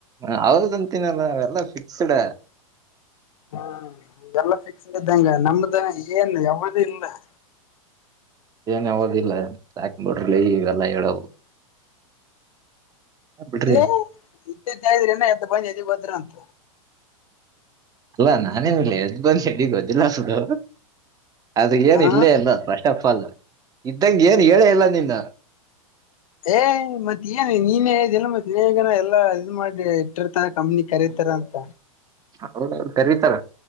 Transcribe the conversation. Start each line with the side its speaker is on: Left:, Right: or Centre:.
Right: ಹ ಅವರ್ದ ಒಂದ್ ತಿನ್ನಲ್ಲ ಎಲ್ಲ ಫಿಕ್ಸ್ಡ್.
Left: ಹ್ಮ್ ಎಲ್ಲ ಫಿಕ್ಸ್ಡ್ ಇದ್ದಂಗ ನಮ್ದ ಏನ್ ಯಾವದೂ ಇಲ್ಲ. <inaudible>
Right: ಏನ್ ಯಾವದಿಲ್ಲ ಸಾಕ್ ಬಿಡ್ರಲೆ ಇವೆಲ್ಲ ಹೇಳವು. ಬಿಡ್ರಿ
Left: ಏ ಇದ್ದದ ಹೇಳಿದ್ರೇನೋ ಎದ್ದ ಬಂದ ಏದೀಗ್ ವದ್ರಾ ಅಂತ.
Right: ಅಲ್ಲಾ ನಾನೇ ಮೇಲೆ ಎದ್ದ್ ಬಂದ್ ಹೆಡಿ ಗೊದಿಲ್ಲಸುದು ಅದು ಏನ್
Left: ಹ
Right: ಇಲ್ಲೇ ಇಲ್ಲ ಫಸ್ಟ್ ಆಫ್ ಆಲ್ ಇದ್ದಂಗಗೆ ಏನ್ ಹೇಳೇ ಇಲ್ಲ ನಿನ್ನ
Left: ಏ್ ಮತ್ತತ್ ಏನ್ ನೀನ್ ಹೇಳಿದೆಲ್ಲ ಮತ್ ಬೇಗನ ಎಲ್ಲಾ ಇದ ಮಾಡಿ ಇಟ್ಟಿರ್ತ ಕಮ್ಮನಿ ಕರೀತಾರ ಅಂತ
Right: ಹೌದ ಕರೀತಾರ